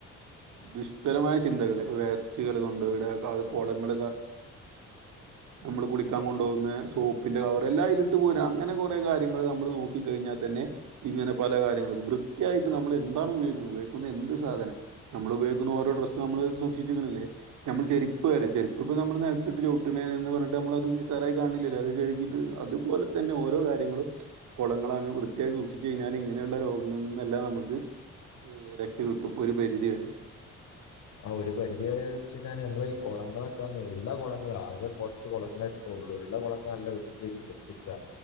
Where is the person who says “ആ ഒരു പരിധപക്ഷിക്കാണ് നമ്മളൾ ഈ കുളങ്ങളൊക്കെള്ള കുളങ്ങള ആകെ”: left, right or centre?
Left